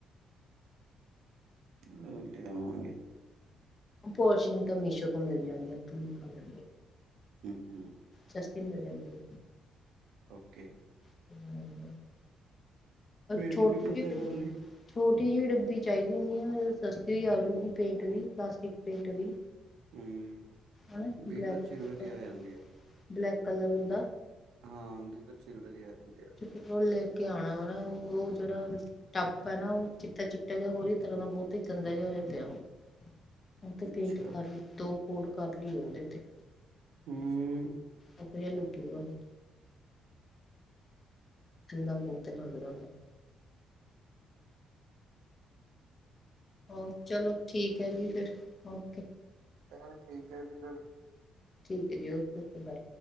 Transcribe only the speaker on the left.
ਪੋਸ਼ਿੰਗ ਤਾਂ ਮੀਸ਼ੋ ਤੋਂ ਮਿਲ ਜਾਣੀ ਉਥੋਂ ਲ
ਸਸਤੀ ਮਿਲ ਜਾਂਦੀ ਹੈ
<unintelligible>
ਛੋਟ
<inaudible>
ਛੋਟੀ ਜਿਹੀ ਡੱਬੀ ਚਾਹੀਦੀ ਸੀ ਹੈ ਸਸਤੀ ਵੀ ਆਜੂਗੀ ਪੇਂਟ ਦੀ ਪਲਾਸਟਿਕ ਪੇਂਟ ਦੀ
ਹਨਾ ਬਲੈਕ
ਬਲੈਕ ਕਲਰ ਉਹਦਾ
ਉਹ ਲੈ ਕੇ ਆਉਣਾ ਵਾ ਉਹ ਜਿਹੜਾ ਟੱਪ ਹੈ ਨਾ ਉਹ ਚਿੱਟਾ-ਚਿੱਟਾ ਜਿਹਾ ਹੋਰ ਹੀ ਤਰਾਂ ਦਾ ਬਹੁਤ ਹੀ ਗੰਦਾ ਜਿਹਾ ਹੋਇਆ ਪਿਆ ਹੁਣ। ਉਹ ਤੇ
ਪੇਂਟ ਕਰ ਦੋ ਕੋੋਡ ਕਰ ਲਈਏ ਉਹਦੇ ਤੇ।
ਆਪਣੇਆਂ ਲਭੂਗਾ ਫੇਰ। ਚੰਗਾ ਬੋਹਤ ਲਾਗਦਾ ਵਾ। ਹੋਰ ਚਲੋ ਠੀਕ ਹੈ ਜੀ ਫਿਰ ਓਕੇ।
ਠੀਕ ਹੈ ਜੀ ਓਕੇ ਓਕੇ ਬਾਏ।